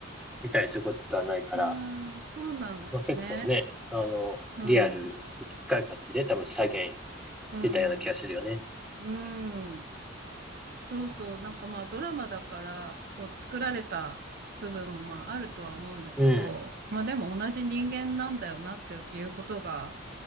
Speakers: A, in the centre; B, on the right.
A: 見たりすることはないから、
B: いやー、そうなんだよね。
A: まあ、結構ね、あの、
B: うん、
A: リアルに近い形で多分再現
B: うん、
A: してたような気がするよね。
B: うん。そうそう。なんかまあドラマだから、こう作られた部分もまああるとは思うんだけど、
A: うん、
B: まあでも同じ人間なんだよなっていうことが、